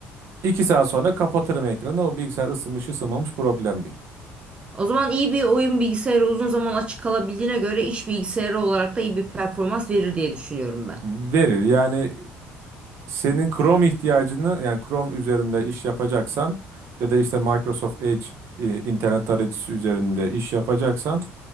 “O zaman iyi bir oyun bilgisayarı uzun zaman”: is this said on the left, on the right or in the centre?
Right